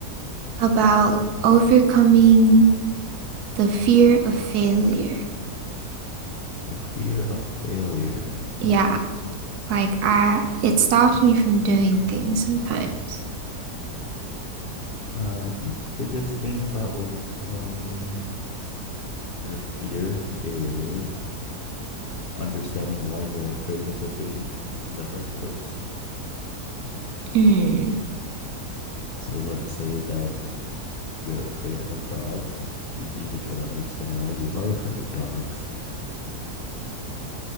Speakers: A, on the right (about 70°); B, on the left (about 70°).
A: about overcoming the fear of failure.
B: The fear of failure.
A: Yeah,
B: Mm, mm.
A: like I, it stops me from doing things sometimes.
B: Uh, I think the biggest thing about overcoming your fear is understanding why you're afraid of the thing in the first place.
A: Hmm.
B: So let's say that you're afraid of dogs. We need to try to understand why you are afraid of dogs.